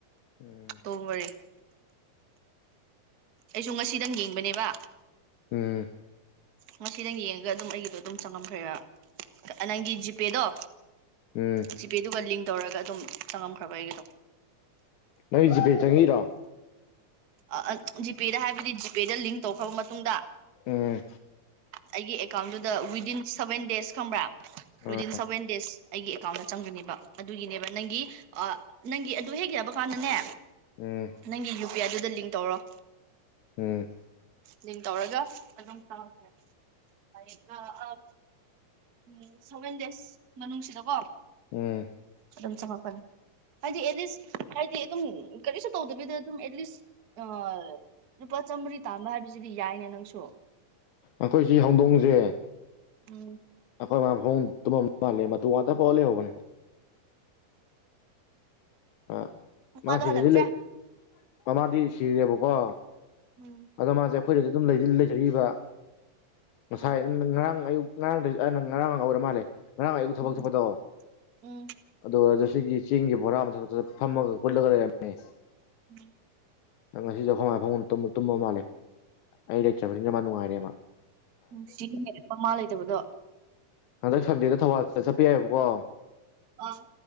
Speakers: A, on the left; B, on the right.
A: ꯎꯝ
B: ꯣꯝ ꯃꯔꯤ <inaudible> ꯑꯩꯁꯨ ꯉꯁꯤꯗꯪ ꯌꯦꯡꯕꯅꯦꯕ
A: ꯎꯝ
B: ꯉꯁꯤ ꯅꯪ ꯌꯦꯡꯉꯒ ꯑꯗꯨꯝ ꯑꯩꯒꯤꯗꯣ ꯑꯗꯨꯝ ꯆꯪꯉꯝꯈ꯭ꯔꯦꯕ ꯅꯪꯒꯤ ꯖꯤꯄꯦꯗꯣ
A: ꯎꯝ
B: ꯖꯤ ꯄꯦꯗꯨ ꯀꯂꯤ ꯇꯧꯔꯒ ꯑꯗꯨꯝ ꯆꯪꯉꯝꯈ꯭ꯔꯕ ꯑꯩꯒꯤꯗꯣ
A: ꯅꯣꯏ ꯖꯤꯄꯦ ꯆꯪꯉꯤꯔꯣ
B: ꯑ ꯖꯤ ꯄꯦꯗ ꯍꯥꯏꯕꯖꯤ ꯄꯦꯗ ꯂꯤꯡ ꯇꯧꯈ꯭ꯔꯕ ꯃꯇꯨꯡꯗ
A: ꯎꯝ
B: ꯑꯩꯒꯤ ꯑꯦꯀꯥꯎꯟꯗꯨꯗ ꯋꯤꯗꯤꯟ ꯁꯚꯦꯟ ꯗꯦꯁ ꯈꯪꯕ꯭ꯔꯥ
A: ꯎꯝ
B: ꯋꯤꯗꯤꯟ ꯁꯚꯦꯟ ꯗꯦꯁ ꯑꯩꯒꯤ ꯑꯦꯀꯥꯎꯟꯗ ꯆꯪꯒꯅꯦꯕ ꯑꯗꯨꯒꯤꯅꯦꯕ ꯅꯪꯒꯤ ꯑ ꯅꯪꯒꯤ ꯑꯗꯨ ꯍꯦꯛ ꯒꯕ ꯀꯥꯟꯗꯅꯦ
A: ꯎꯝ
B: ꯅꯪꯒꯤ ꯌꯨ ꯄꯤꯌꯥꯗꯨ ꯗꯤꯡ ꯇꯧꯔꯣ
A: ꯎꯝ
B: ꯂꯤꯡ ꯇꯧꯔꯒ ꯑꯗꯨꯝ ꯆꯪꯉꯛꯀꯅꯤ ꯍꯩ ꯅ ꯑꯝ ꯎꯝ ꯁꯚꯦꯟ ꯗꯦꯖ ꯃꯅꯨꯡꯁꯤꯗꯀꯣ
A: ꯎꯝ
B: ꯑꯗꯨꯝ ꯆꯪꯉꯛꯀꯅꯤ ꯍꯥꯏꯗꯤ ꯑꯦꯠꯂꯤꯁ ꯍꯥꯏꯗꯤ ꯑꯗꯨꯝ ꯀꯔꯤꯁꯨ ꯇꯧꯗꯕꯤꯗ ꯑꯗꯨꯝ ꯑꯦꯠꯂꯤꯁ ꯂꯨꯄꯥ ꯆꯥꯝꯃꯔꯤ ꯇꯥꯥꯟꯕ ꯍꯥꯏꯕꯁꯤꯗꯤ ꯌꯥꯏꯅꯦ ꯅꯪꯁꯨ
A: ꯑꯈꯣꯏ ꯁꯤ ꯍꯧꯗꯣꯡꯁꯦ
B: ꯎꯝ
A: ꯐꯔꯥꯝ ꯍꯣꯝ ꯇꯨꯝꯃꯝ ꯃꯜꯂꯦ ꯃꯇꯨ ꯉꯥꯇ ꯄꯑꯥ ꯂꯩꯍꯧꯕꯅꯦ ꯑ
B: ꯃꯃꯥꯗꯣ
A: ꯃꯥ ꯁꯤꯖꯖꯤ
B: ꯍꯜꯂꯛꯇ꯭ꯔꯦ
A: ꯂꯩ ꯃꯃꯥꯗꯤ ꯁꯤꯔꯦꯕꯀꯣ
B: ꯎꯝ
A: ꯑꯗ ꯃꯥꯁꯦ ꯈꯣꯏꯗꯗꯤ ꯑꯗꯨꯝ ꯂꯩꯖꯔꯤꯕ ꯉꯁꯥꯏ
B: ꯎꯝ
A: ꯑ ꯑꯪ ꯉꯔꯥꯡ ꯑꯌꯨꯛ ꯉꯔꯥꯡꯗꯩ ꯑꯩꯅ ꯉꯔꯥꯡ ꯑꯣꯏꯔ ꯃꯥꯜꯂꯦ ꯉꯔ ꯑꯌꯨꯛ ꯊꯕꯛ
B: ꯎꯝ
A: ꯆꯠꯄꯗꯣ
B: ꯎꯝ
A: ꯑꯗꯨ ꯖꯦꯁ ꯁꯤ ꯆꯦꯡꯒꯤ ꯕꯣꯔꯥ ꯃꯊꯛꯇ ꯐꯝꯃꯒ ꯀꯨꯜꯂꯒ ꯂꯩꯔꯝꯃꯦ
B: ꯎꯝ
A: ꯅꯪ ꯉꯁꯤꯖꯨ ꯑꯈꯣꯃꯥ ꯐꯝꯃꯨꯡ ꯇꯨꯝꯃꯨ ꯇꯨꯝꯃ ꯃꯥꯜꯂꯦ ꯑꯩ ꯂꯩꯇ꯭ꯔꯕꯅꯤꯅ ꯃ ꯅꯨꯡꯉꯥꯏꯔꯦ ꯃ
B: ꯅꯨꯡꯁꯤꯅꯦ ꯃꯃꯥ ꯂꯩꯇꯕꯗꯣ
A: ꯍꯟꯗꯛ ꯁꯟꯗꯦꯗ ꯊꯧꯕꯜ ꯆ ꯆꯠꯄ ꯌꯥꯏꯕꯀꯣ
B: ꯑꯥ